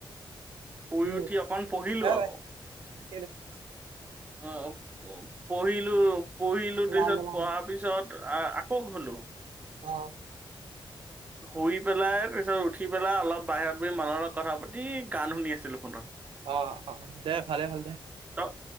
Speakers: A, on the right; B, on the right.
A: শুই
B: উম
A: উঠি অকণ পঢ়িলো
B: হে
A: আকৌ।
B: <unintelligible>
A: অ', অ' পঢ়িলো, পঢ়িলো তাৰপিছত
B: ৰাম ৰাম
A: পঢ়া পিছত আ আকৌ শুলোঁ।
B: অ'।
A: শুই পেলাই তাৰ পিছত উঠি পেলাই অলপ বাহিৰত বহি মানুহৰ লগত কথা পাতি গান শুনি আছিলো ফোনত।
B: অ' অ' দে, ভালে হ'ল।
A: ত,